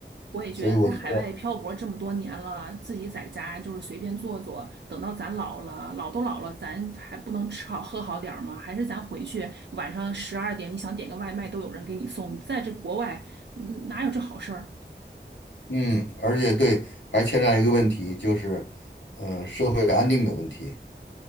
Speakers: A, on the right (about 70°); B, on the left (about 75°).
A: 我也觉得在海外漂泊这么多年了，
B: 所以我觉得。
A: 自己在家就是随便做做，等到咱老了，老都老了，咱还不能吃好喝好点儿吗？还是咱回去晚上十二点，你想点个外卖都有人给你送。你在这国外，嗯，哪有这好事儿？
B: 嗯，而且对，还牵扯一个问题，就是，嗯，社会安定的问题。